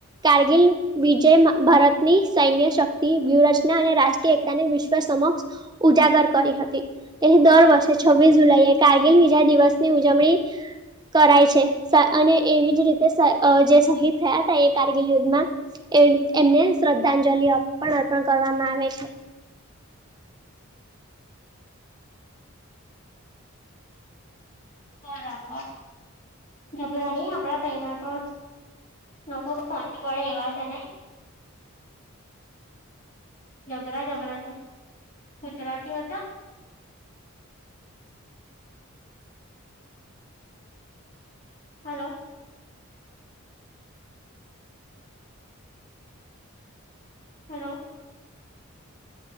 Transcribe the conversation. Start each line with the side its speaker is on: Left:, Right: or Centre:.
Right: કારગિલ વિજય ભારતની સૈન્ય શક્તિ વ્યૂહરચના અને રાષ્ટ એકતાને વિશ્વ સમક્ષ ઉજાગર કરી હતી. એ દર વર્ષે છવ્વીસ જુલાઈ કારગીલ વિજા દિવસ ની ઉજવણી કરાય છે અને એવી જ રીતે જે શહીદ થયા હતા એ કારગિલ યુદ્ધમા એ એમને શ્રદ્ધાંજલિ અર્પણ અર્પણ કરવામાં આવે છે.
Left: બરાબર ગભરા નહી આપડા તૈના તો. લોકો પહોંચી વડે એવા છેને. જબરા જબરા છે, ગુજરાતી હો હતા. હલો. હલો.